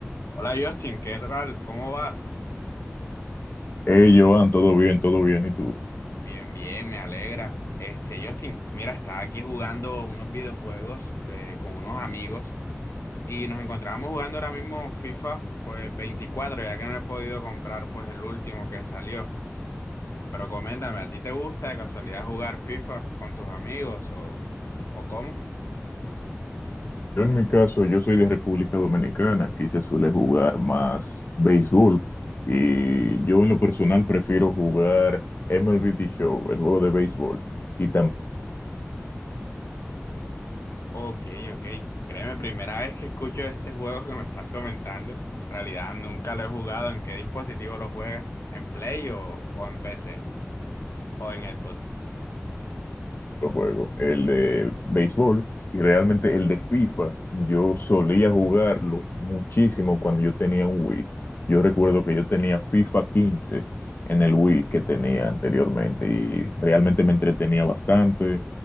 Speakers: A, on the left; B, on the left.
A: Hola Justin, ¿qué tal? ¿Cómo vas?
B: Hey, Joan, todo bien, todo bien. ¿Y tú?
A: Bien, bien, me alegra. Este, Justin, mira, estaba aquí jugando unos videojuegos que- con unos amigos y nos encontrábamos jugando ahora mismo FIFA, pues 24, ya que no he podido comprar pues el último que salió. Pero coméntame, ¿a ti te gusta de casualidad jugar FIFA con tus amigos o, o cómo?
B: Yo en mi caso, yo soy de República Dominicana, aquí se suele jugar más béisbol y yo en lo personal prefiero jugar MLB The Show, el juego de béisbol, y
A: Ok, ok. Créeme, primera vez que escucho este juego que me estás comentando. En realidad nunca lo he jugado. ¿En qué dispositivo lo juegas? ¿En Play o, o en PC o en Xbox?
B: juego, el de béisbol, y realmente el de FIFA, yo solía jugarlo muchísimo cuando yo tenía un Wii. Yo recuerdo que yo tenía FIFA 15 en el Wii que tenía anteriormente y realmente me entretenía bastante.